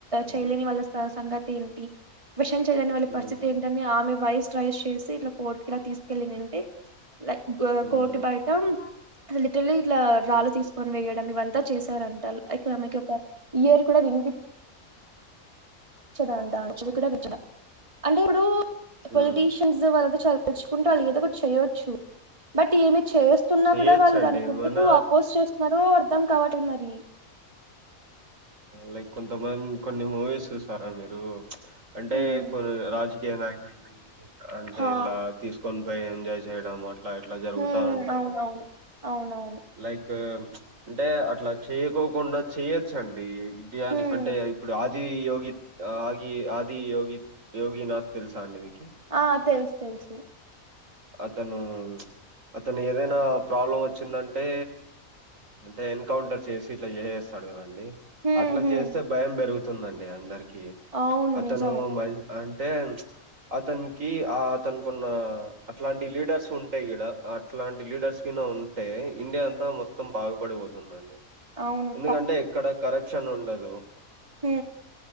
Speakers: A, on the right; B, on the right.
A: హ్మ్.
B: చేయలేని వాళ్ళ సంగతి ఏంటి విషం చేయని వాళ్ళ
A: హ్మ్.
B: పరిస్థితి ఏంటని ఆమె వయసు రైస్ చేసి ఇట్లా కోట్ క తీసుకెళ్ళి తంటే లైక్
A: హ్మ్.
B: కోటు బయట అ తిట్డి ఇట్లా రాళ్
A: హ్మ్.
B: తీసుకొని వేయాలి ఇవంతా చేశారంటారు మకి ఒక ఇయర్ కూడా వినిపి చదా అ అ చెప్ప కూడా బట్డ అంటే ఇప్పుడు
A: హ్మ్.
B: పొలిటీషియన్స్ వల్ చ నలుచుకుంటూ వాళ్ళ ఏదో ఒకటి చేయొచ్చు బట్ ఏమి చేస్తున్నా
A: చేయొచ్చండి.
B: కూడా వాళ్ళు దానికి ఎందుకు
A: మన
B: అపోజ్ చేస్తున్నారో అర్ధం కాబట్టి మరి
A: లైక్ కొంతమంది కొన్ని మూవీస్ చూసారా మీరు అంటే
B: ఉమ్
A: కొన్ని రాజకీయ నాయకుల్ని అంటే
B: హా
A: ఇలా తీసుకు కొని పోయి ఎంజాయ్ చేయడం అట్లా ఎట్లా జరుగుతా
B: హ్మ్
A: ఉంటాయి
B: అవునవును
A: కదండి
B: అవునవును
A: లైక్ అంటే అట్లా చేయకోకుండా చేయొచ్చండి ఇడియా
B: హ్మ్
A: అంటే ఇప్పుడుది ఆది యోగి ఆదిగి ఆది యగి యోగ నాథ్ తెలుసా అండి మీకు
B: ఆ తెలుసు తెలుసు
A: అతను అతను ఏదైనా ప్రాబ్లం వచ్చిందంటే అంటే ఎన్కౌంటర్ చేసి ఇట్లా చే చేస్తాడు క
B: హ్మ్
A: అట్లా
B: హ్మ్
A: చేస్తే భయం పెరుగుతుందండి అందరికి
B: అవును
A: అతను
B: నిజము
A: మ అంటే అతనికి ఆ అతనుకున్న అట్లాంటి లీడర్స్ ఉంటాయి ఇడ అట్లాంటి లీడర్స్ కిన్నా ఉంటే ఇండియా అంతా మొత్తం బాగుపడవదు తుందండి
B: అవును
A: ఎందుకంటే ఎక్కడ కరప్షన్ ఉండదు
B: హ